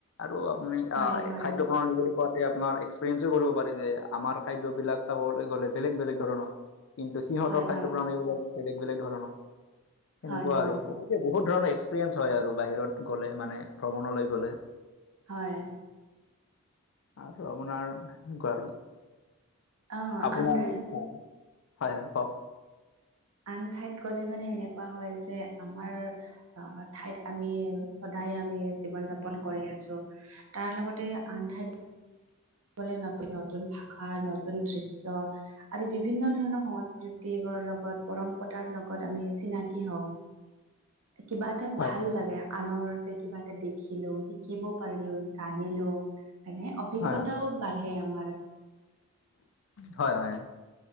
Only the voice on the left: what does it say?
আৰু আপুনি
অ'-
খাদ্য প্ৰণালী বুলি খুৱাতে আপোনাৰ এক্সপিৰিয়েঞ্চো কৰিব পাৰি যে আমাৰ খাদ্যবিলাক চাবলৈ গ'লে বেলেগ-বেলেগ ধৰণৰ। কিন্তু <unintelligible> সিহঁতৰ
খাদ্য
প্ৰাণী বিলাক বেলেগ-বেলেগ ধৰণৰ, সেনেকুৱা
আৰু। বহুত ধৰণৰ এক্সপিৰিয়েঞ্চ হয় আৰু বাহিৰত গ'লে, মানে ভ্ৰমণলৈ গ'লে।
আৰু আপোনাৰ সেনেকুৱা আৰু।
আপোনাৰ
হয়, হয়, কওঁক।
হয়
হয়
হয়, হয়।